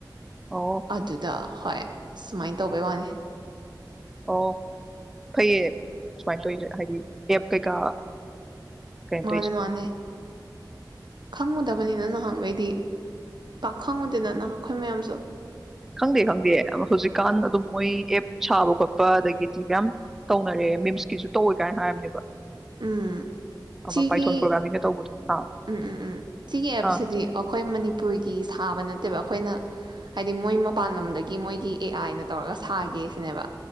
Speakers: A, in the centre; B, on the right (about 70°).
A: ꯑꯣ
B: ꯑꯗꯨꯗ ꯍꯣꯏ ꯁꯨꯝꯃꯥꯏ ꯇꯧꯕꯩ ꯋꯥꯅꯤ
A: ꯑꯣ ꯐꯩꯌꯦ ꯁꯨꯝꯃꯥꯏ ꯇꯧꯏꯁꯦ ꯍꯥꯏꯗꯤ ꯑꯦꯞ ꯀꯩꯀꯥ ꯀꯩꯅꯣ
B: ꯃꯥꯟꯅꯦ
A: ꯇꯧꯔꯤꯁꯦ
B: ꯃꯥꯟꯅꯦ ꯈꯪꯉꯨꯗꯕ ꯅꯥꯍꯟ ꯈꯩꯗꯤ ꯄꯥꯛ ꯈꯪꯂꯨꯗꯦꯅ ꯑꯩꯈꯣꯏꯁꯨ
A: ꯈꯪꯗꯦ ꯈꯪꯗꯦ ꯍꯧꯖꯤꯛ ꯀꯥꯟ ꯑꯗꯨꯝ ꯃꯣꯏ ꯑꯦꯞ ꯁꯥꯕ ꯈꯣꯠꯄ ꯊꯤꯕ ꯌꯥꯝ ꯇꯧꯅꯔꯦ ꯃꯤꯝꯁꯀꯤꯁꯨ ꯇꯧꯏ ꯀꯥꯟ ꯍꯥꯏꯕꯅꯦ
B: ꯎꯝ
A: ꯑꯃ
B: ꯁꯤꯒꯤ
A: ꯄꯥꯏꯊꯣꯟ ꯇꯣꯔꯅꯃꯦꯟꯒ ꯇꯧꯕꯗꯣ ꯑꯥ
B: ꯎꯝ ꯎꯝ ꯎꯝ ꯁꯤꯒꯤ ꯑꯦꯞꯁꯤꯗꯤ
A: ꯑꯥ
B: ꯑꯩꯈꯣꯏ ꯃꯅꯤꯄꯨꯔꯒꯤ ꯁꯥ ꯁꯥꯕ ꯅꯠꯇꯦꯕ ꯑꯩꯈꯣꯏꯅ ꯍꯥꯏꯗꯤ ꯃꯣꯏ ꯃꯄꯥꯟ ꯂꯝꯗꯒꯤ ꯃꯣꯏꯒꯤ ꯑꯦ ꯑꯥꯏ ꯅ ꯇꯧꯔꯒ ꯁꯥꯒꯦ ꯁꯤꯅꯦꯕ